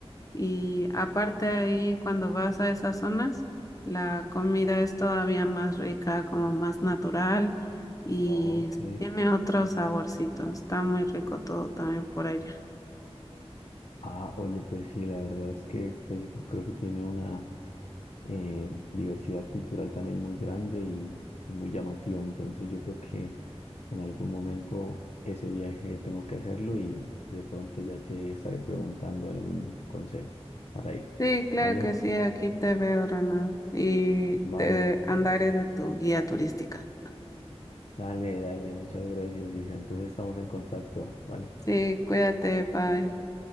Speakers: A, on the left; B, on the left.
A: Y aparte ahí, cuando vas a esas zonas, la comida es todavía más rica, como más natural y
B: Ok.
A: tiene otro saborcito. Está muy rico todo también por allá.
B: Ah, oye, pues sí, la verdad es que México creo que tiene una... eh, diversidad cultural también muy grande y, y muy llamativa. Entonces yo creo que en algún momento ese viaje tengo que hacerlo y, y de pronto ya te estaré preguntando algún consejo para ir.
A: Sí, claro
B: ¿Vale?
A: que sí, aquí te veo, Ronald, y
B: Vale,
A: te andaré de tu guía turística.
B: dale, dale, muchas gracias, Isa. Entonces estamos en contacto, ¿vale?
A: Sí, cuídate, bye.